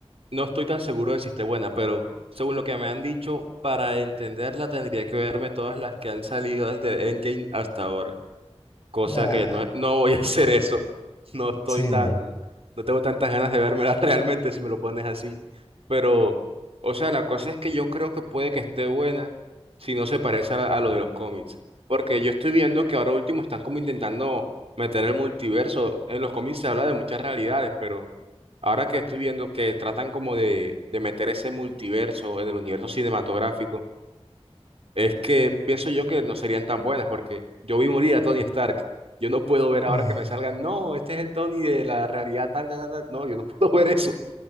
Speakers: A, on the right; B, on the left.
A: no estoy tan seguro de si esté buena, pero según lo que me han dicho, para entenderla tendría que verme todas las que han salido desde Endgame hasta ahora. cosa
B: Nah,
A: que no, no voy a hacer eso. No estoy
B: sí,
A: tan,
B: no.
A: no tengo tantas ganas de vérmela <laughs> realmente si me lo pones así. Pero, o sea, la cosa es que yo creo que puede que esté buena si no se parece a, la- a lo de los cómics. Porque yo estoy viendo que ahora último están como intentando meter el multiverso. En los cómics se habla de muchas realidades, pero ahora que estoy viendo que tratan como de, de meter ese multiverso, el del universo cinematográfico. Es que pienso yo que no serían tan buenas porque yo vi morir a Tony Stark. Yo no puedo ver ahora
B: Mm.
A: que me salgan, no, este es el Tony de la realidad tal, tal, tal. tal". No, yo no <laughs> puedo ver eso.